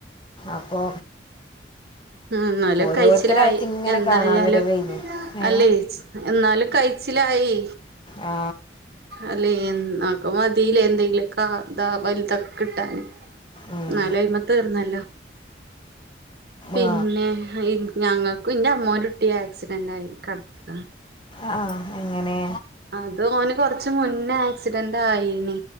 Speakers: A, on the left; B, on the right.
A: അപ്പോ
B: ഉ ന്നാലും
A: ഓരോരുത്തരായിട്ട്
B: കൈച്ചിലായി
A: ഇങ്ങനെ
B: എന്തായാലും
A: കാണാൻ വരവായിരുന്നു ഏ
B: അല്ലേ എന്നാലും കൈച്ചിലായി
A: ആ
B: അല്ലെ എന്നപ്പ മതി <unintelligible> വലുതൊക്കെ കിട്ടാൻ
A: ആ ഉം.
B: എന്നാല് അയിമ തീർന്നല്ലോ പിന്നെ
A: ആ
B: ഞങ്ങക്കു എൻ്റെ അമ്മോൻ്റുട്ടി ആക്സിഡന്റയി കിടക്ക
A: ആഹ എങ്ങനെ
B: അത് ഓന് കൊറച്ച് മുന്നേ ആക്സിഡന്റ് ആയിനി